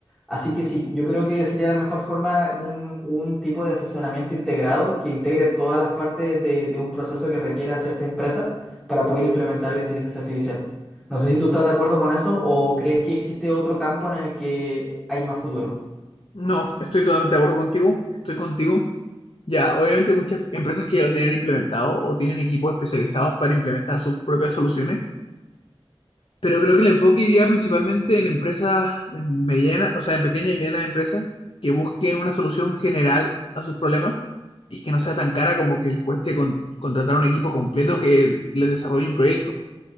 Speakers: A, in the centre; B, on the left.
A: Así que sí, yo creo que sería la mejor forma un, un tipo de asesoramiento integrado que integre todas las partes de, de un proceso que requiera cierta empresa para poder implementar la inteligencia artificial. No sé si tú estás de acuerdo con eso o crees que existe otro campo en el que hay más futuro.
B: No, estoy totalmente de acuerdo contigo, estoy contigo. Ya, obviamente hay muchas empresas que ya lo tienen implementado o tienen equipos especializados para implementar sus propias soluciones. Pero creo que el enfoque iría principalmente en empresas medianas, o sea, en pequeñas y medianas empresas que busquen una solución general a sus problemas y que no sea tan cara como que les cueste con- contratar un equipo completo que les desarrolle un proyecto.